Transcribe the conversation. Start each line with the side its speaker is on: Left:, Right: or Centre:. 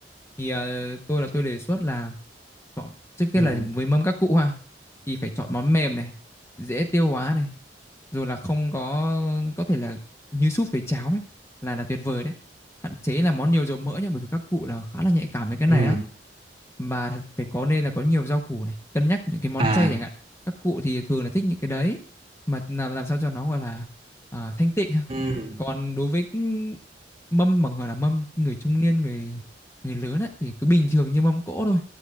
Left: thì ờ, tôi là tôi đề xuất là chọn trước kia
Right: Ừ.
Left: là với mâm các cụ ha thì phải chọn món mềm này dễ tiêu hóa này rồi là không có có thể là như súp với cháo ấy là là tuyệt vời đấy hạn chế là món nhiều dầu mỡ nhá bởi vì các cụ là khá là nhạy cảm với cái
Right: Ừ.
Left: này á và thật- phải có nên là có nhiều rau củ này cân nhắc những cái món
Right: À.
Left: chay chẳng hạn các cụ thì thường là thích những cái đấy mà làm làm sao cho nó gọi là à, thanh tịnh ha.
Right: Ừ.
Left: còn đối với cái mâm mà gọi là mâm người trung niên người người lớn á thì cứ bình thường như mâm cỗ thôi